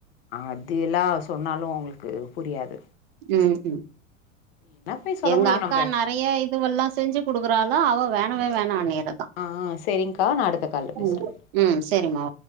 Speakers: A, on the left; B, on the right.
A: அதுயெல்லாம் அவங்களுக்கு சொன்னாலும் புரியாது
B: ம் ம்
A: என்ன போய் சொல்ல
B: எங்க
A: முடியு
B: அக்கா
A: நம்ப
B: ந நறைய இதுவெல்லாம் செஞ்சு கொடுக்குறாலாம் அவ வேணவே வேணனாறா
A: ஆ செரிங்க்கா நான் அடுத்த கால பேசுறேன்
B: ம் ம் செரிம்மா